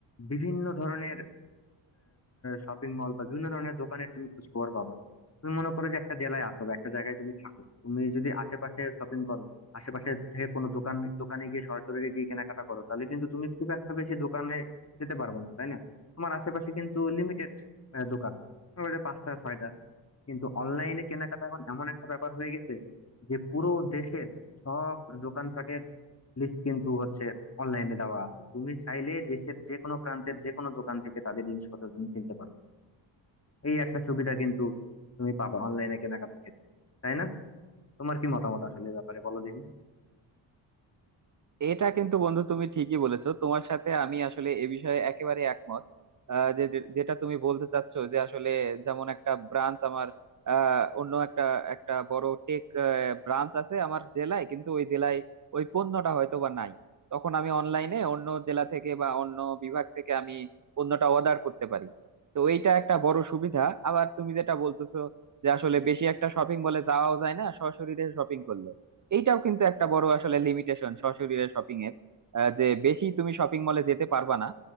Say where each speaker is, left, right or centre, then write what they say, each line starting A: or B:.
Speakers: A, on the left (about 30°); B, on the right (about 35°).
A: বিভিন্ন ধরনের শপিং মল বা বিভিন্ন ধরনের দোকানের তুমি খোঁজ খবর পাবা তুমি মনে করো যে একটা জেলায় আসো বা একটা জায়গায় তুমি থাকো তুমি যদি আশেপাশে শপিং করো আশেপাশে থেকে কোনো দোকান দোকানে গিয়ে সরাসরি গিয়ে কেনাকাটা করো তাহলে কিন্তু তুমি খুব একটা বেশি দোকানে যেতে পারবে না তাই না তোমার আশেপাশে কিন্তু লিমিটেড দোকান তোমার কাছে পাঁচটা ছয়টা কিন্তু অনলাইনে কেনাকাটা এখন এমন একটা ব্যাপার হয়ে গেছে যে পুরো দেশের সব দোকানপাটের লিস্ট কিন্তু হচ্ছে অনলাইনে দেওয়া আছে তুমি চাইলে দেশের যে কোনো প্রান্তের যে কোনো দোকান থেকে তাদের জিনিসপত্র তুমি কিনতে পারবে এই একটা সুবিধা কিন্তু তুমি পাবা অনলাইনে কেনাকাটার ক্ষেত্রে তাই না তোমার কি মতামত আসলে এ ব্যাপারে বলো দেখি
B: এটা কিন্তু বন্ধু তুমি ঠিকই বলেছো তোমার সাথে আমি আসলে এ বিষয়ে একেবারে একমত আহ, যে যে- যেটা তুমি বলতে চাচ্ছ যে আসলে যেমন একটা ব্রাঞ্চ আমার আহ, অন্য একটা একটা বড় টেক ব্রাঞ্চ আছে আমার জেলায় কিন্তু ওই জেলায় ওই পণ্যটা হয়তো বা নাই তখন আমি অনলাইনে অন্য জেলা থেকে বা অন্য বিভাগ থেকে আমি পণ্যটা অর্ডার করতে পারি তো এইটা একটা বড় সুবিধা আবার তুমি যেটা বলতেছো যে আসলে বেশি একটা শপিং মলে যাওয়াও যায় না সশরীরে শপিং করলে এইটাও কিন্তু একটা বড় আসলে লিমিটেশন সশরীরে শপিং এর আহ, যে বেশি তুমি শপিং মলে যেতে পারবা না